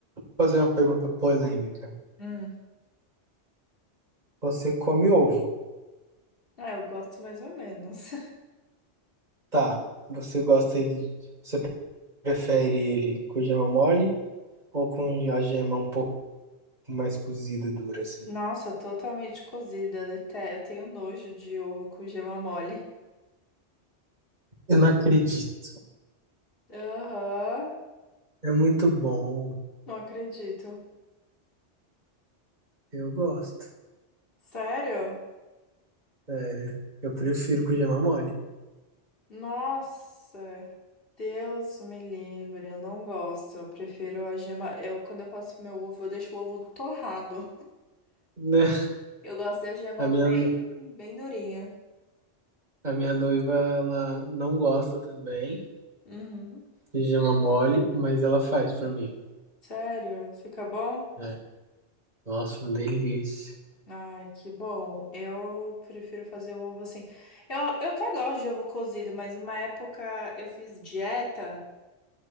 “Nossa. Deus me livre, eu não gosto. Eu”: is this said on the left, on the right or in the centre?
Left